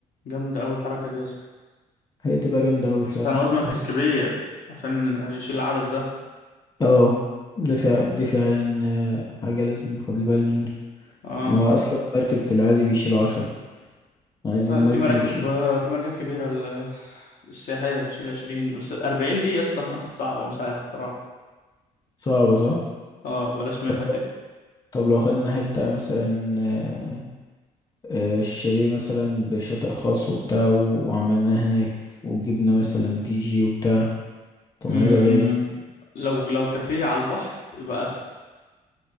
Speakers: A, on the left; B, on the left.
A: جامدة أوي الحركة دي يا اسطى
B: هي تبقى جامدة اوي فعلا
A: بس أنا عاوز مركب
B: بس
A: كبير عشان يشيل العدد ده
B: اه ده فع دي فعلا آه، حاجة لازم ناخد بالنا منها
A: اه
B: ان هو اصلا مركب في العادي بيشيل عشرة عايزين
A: آه، في
B: مركب
A: مراكب
B: يشيل
A: آه، في مراكب كبيرة ال- السياحية بتشيل عشرين بس أربعين دي يا اسطى <laughs> صعبة مش عارف صراحة
B: صعبة صح؟
A: اه بلاش منها
B: طب
A: دي
B: طب لو خدنا حتة مثلا آه، آه، الشاليه مثلا بشاطئ خاص وبتاع وعملناه هناك وجبنا مثلا دي جي وبتاع طب
A: امم
B: ما هيبقى جامد
A: لو لو كافيه على البحر يبقى اسهل